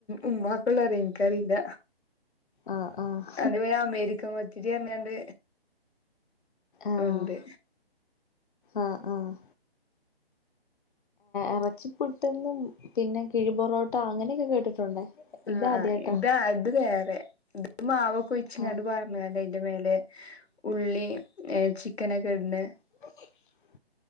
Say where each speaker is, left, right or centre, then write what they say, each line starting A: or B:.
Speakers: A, on the left (about 85°); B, on the left (about 50°).
A: ഉമ്മാക്കെ അറിയൂ എനിക്കറില്ല.
B: ആഹ് ആഹ്
A: അതേപോലെ അമേരിക്കൻ പത്തിരി പറഞ്ഞോണ്ട്
B: ആഹ്
A: ഉണ്ട്
B: ആഹ് ആഹ് എറച്ചിപ്പുട്ടെന്നും പിന്നെ കിഴിപൊറോട്ട അങ്ങനെയൊക്കെ കേട്ടിട്ടുണ്ടേ.
A: ആഹ്
B: ഇതാദ്യായിട്ടാ
A: ആഹ് ഇതാ അത് വേറെ ഇത് മാവൊക്കെ ഒഴിച്ചിങ്ങണ്ട്-
B: ആഹ്
A: വേറെ അതിന്റെ മേലെ ഉള്ളിയും ചിക്കനൊക്കെ ഇട്ണെ
B: ' <unintelligible>